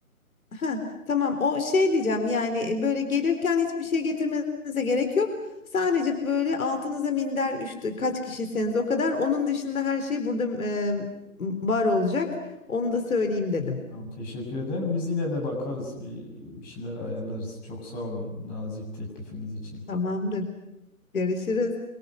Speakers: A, on the left; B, on the left.
A: Ha, tamam o şey diyeceğim yani e, böyle gelirken hiçbir şey getirmenize gerek yok. Sadece böyle altınıza minder işte kaç kişiseniz o kadar. Onun dışında her şey burada e, var olacak. Onu da söyleyeyim dedim.
B: Tamam, teşekkür ederim. Biz yine de bakarız. Bir, bir şeyler ayarlarız. Çok sağ olun nazik teklifiniz için.
A: Tamamdır. Görüşürüz.